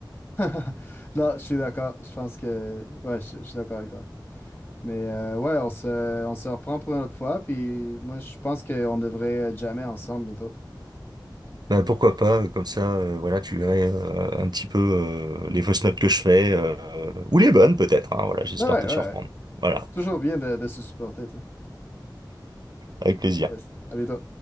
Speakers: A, on the left (about 25°); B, on the right (about 60°).
A: <laughs> Là, je suis d'accord. Je pense que... Ouais, je, je suis d'accord avec toi. Mais euh, ouais, on se, on se reprend pour une autre fois. Puis moi, je pense qu'on devrait jamais ensemble bientôt.
B: Bah pourquoi pas, euh, comme ça, euh, voilà, tu verrais euh, un petit peu euh, les fausses notes que je fais, euh, ou les bonnes peut-être, hein, voilà, j'espère
A: Ah ouais,
B: te
A: ouais,
B: surprendre.
A: ouais.
B: Voilà,
A: Toujours bien de, de se supporter, tu sais.
B: avec plaisir.
A: Yes. À bientôt.